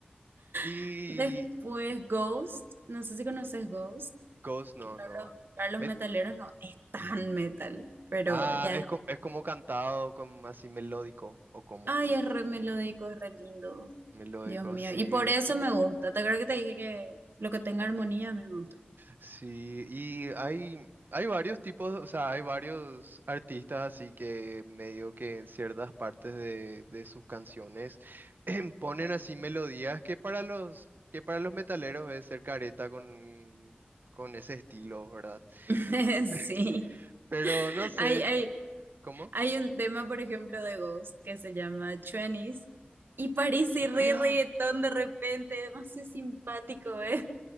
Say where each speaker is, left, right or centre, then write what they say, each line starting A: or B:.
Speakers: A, on the right; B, on the right.
A: Y
B: <laughs> Después Ghost, no sé si conoces Ghost,
A: Ghost, no,
B: que para
A: no.
B: los, para los
A: Me-
B: metaleros no es tan metal, pero
A: Ah,
B: ya
A: es,
B: es.
A: co- es como cantado, como así melódico, o como
B: Ay, es re melódico, es re lindo,
A: melódico,
B: Dios mío.
A: sí.
B: Y por eso me gusta. ¿Te acuerdas que te dije que lo que tenga armonía a mí me gusta?
A: Sí, y hay, hay varios tipos, o sea, hay varios artistas así que medio que en ciertas partes de, de sus canciones <clears throat> ponen así melodías que para los, que para los metaleros es ser careta con, con ese estilo, ¿verdad?
B: <laughs> Sí.
A: <laughs> Pero no sé,
B: Ay, ay.
A: y- ¿cómo?
B: Hay un tema, por ejemplo, de Ghost que se llama Twenties y parece
A: <clears throat>
B: re reggaetón
A: <gasps>
B: de repente, demasiado simpático, ¿eh?